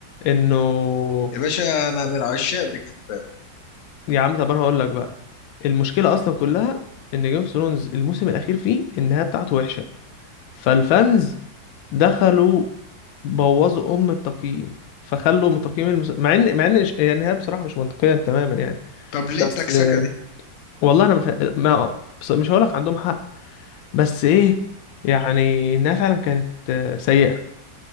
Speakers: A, on the left; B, on the left.
A: انه
B: يا باشا انا من عشاق بريكنج باد
A: يا عم طب انا هقول لك بقى المشكله اصلا كلها ان جيم اوف ثرونز الموسم الاخير فيه النهايه بتاعته وحشه فالفانز دخلوا بوظوا ام التقييم فخلوا من تقييم المس... مع ان مع ان ش- هي النهايه بصراحه مش منطقيه تماما يعني
B: طب ليه
A: بس
B: التكسكة
A: آه،
B: دي
A: والله انا مف... ما... بص- مش هقول لك عندهم حق بس ايه يعني النهايه فعلا كانت آه، سيئه